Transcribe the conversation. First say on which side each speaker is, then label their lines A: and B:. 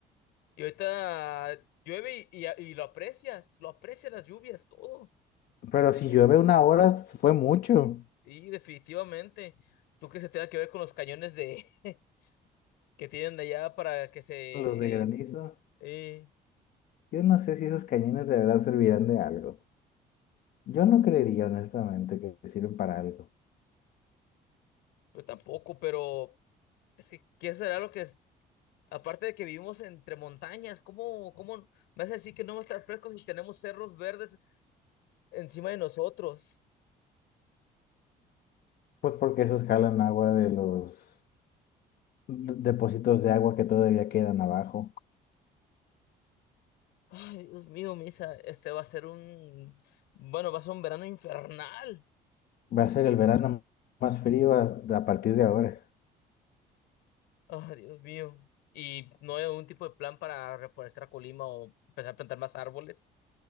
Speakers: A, on the left (about 90°); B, on the left (about 60°).
A: Y ahorita llueve y, y, y lo aprecias, lo aprecias las lluvias, todo.
B: Pero si llueve una hora, fue mucho.
A: Y definitivamente, tú crees que se tenga que ver con los cañones de <laughs> que tienen allá para que se...
B: Los de granizo.
A: Eh,
B: Yo no sé si esos cañones de verdad servirán de algo. Yo no creería honestamente que sirven para algo.
A: yo tampoco, pero es que, ¿qué será lo que es? Aparte de que vivimos entre montañas, ¿cómo, cómo me hace decir que no va a estar fresco si tenemos cerros verdes encima de nosotros?
B: Pues porque esos jalan agua de los d- depósitos de agua que todavía quedan abajo.
A: Ay, Dios mío, Misa, este va a ser un... Bueno, va a ser un verano infernal.
B: Va a ser el verano más frío a, a partir de ahora.
A: Ay, Dios mío. ¿Y no hay algún tipo de plan para reforestar Colima o empezar a plantar más árboles?